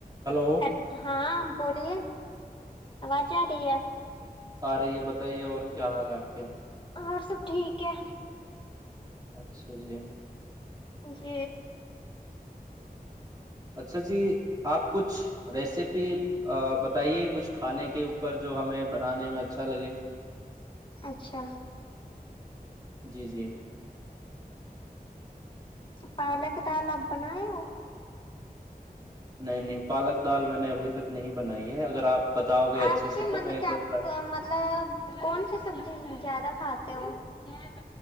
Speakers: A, on the right; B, on the left.
A: hello
B: اچھا ہاں بولیے آواز آ رہی ہے
A: آ رہی ہے بتائیے اور کیا حال ہے آپ کے
B: اور سب ٹھیک ہے
A: اچھا جی
B: جی
A: اچھا جی آپ کچھ ریسیپی بتائیے کچھ کھانے کے اوپر جو ہمیں بنانے میں اچھا لگے
B: اچھا
A: جی جی
B: پالک دال آپ بناائے ہو
A: نہیں نہیں پالک دال میں نے ابھی تک نہیں بنائی ہے اگر آپ بتاؤ گے اچھے
B: آپ
A: سے
B: کے
A: تو
B: مطلب
A: میں ایک
B: کیاپ
A: بار ٹرائی
B: کو مطلب کون سی سبزی زیادہ کھاتے تو وہ